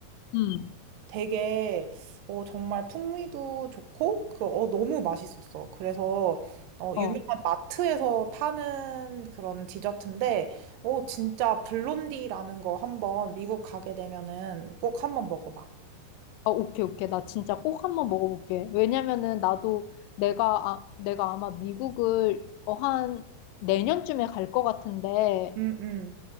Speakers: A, on the left; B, on the right.
A: 음.
B: 되게 어, 정말 풍미도 좋고 그 어, 너무 맛있었어. 그래서 어,
A: 어.
B: 유명한 마트에서 파는 그런 디저트인데 어, 진짜 블론디라는 거 한번 미국 가게 되면은 꼭 한번 먹어봐.
A: 아, 오케이, 오케이. 나 진짜 꼭 한번 먹어볼게. 왜냐면은 나도 내가, 아, 내가 아마 미국을 어, 한 내년쯤에 갈 것 같은데,
B: 음, 음.